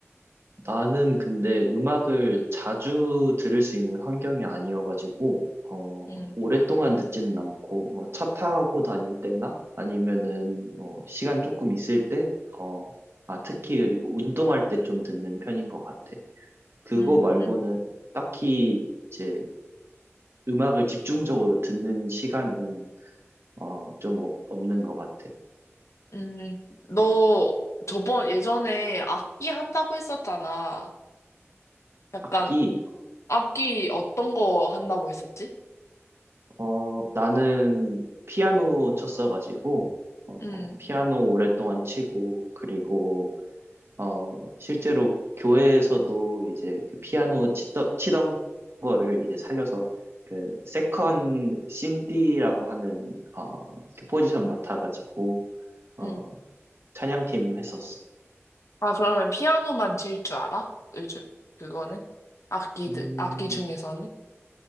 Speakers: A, on the right; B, on the left.
A: 나는 근데 음악을 자주 들을 수 있는 환경이 아니어가지고, 어,
B: 음,
A: 오랫동안 듣지는 않고, 뭐, 차 타고 다닐 때나, 아니면은, 뭐, 시간 조금 있을 때, 어, 아, 특히 그리고 운동할 때 좀 듣는 편인 것 같아. 그거
B: 음,
A: 말고는 딱히 이제 음악을 집중적으로 듣는 시간은, 어, 좀 없, 없는 것 같아.
B: 음. 너 저번 예전에 악기 한다고 했었잖아. 약간
A: 악기,
B: 악기 어떤 거 한다고 했었지?
A: 어, 나는 피아노 쳤어가지고, 어,
B: 음,
A: 피아노 오랫동안 치고, 그리고, 어, 실제로 교회에서도 이제 그 피아노 치던, 치던 거를 이제 살려서 그 세컨 신디라고 하는, 어, 그 포지션 맡아가지고, 어,
B: 음.
A: 찬양팀 했었어.
B: 아, 그러면 피아노만 칠 줄 알아? 요즘 그거는? 악기들,
A: 음,
B: 악기 중에서는?